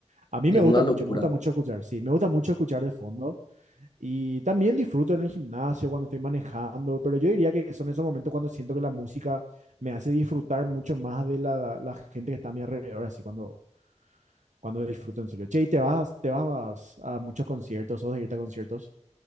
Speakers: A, on the right; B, on the left.
A: A mí
B: Es
A: me gusta
B: una locura.
A: mucho, me gusta mucho escuchar, sí, me gusta mucho escuchar de fondo y también disfruto en el gimnasio cuando estoy manejando, pero yo diría que son esos momentos cuando siento que la música me hace disfrutar mucho más de la, la gente que está a mi alrededor, así cuando, cuando disfruto en serio. Che, ¿y te vas, te vas a muchos conciertos o de irte a conciertos?